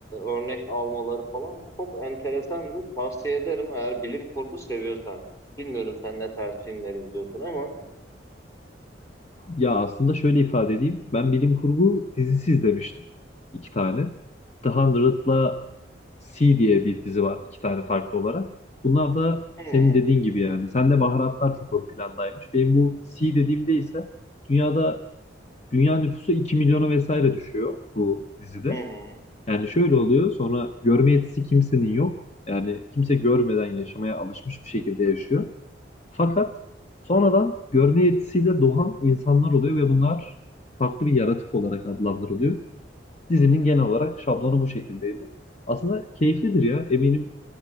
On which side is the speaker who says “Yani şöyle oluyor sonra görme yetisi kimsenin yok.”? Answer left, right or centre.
Left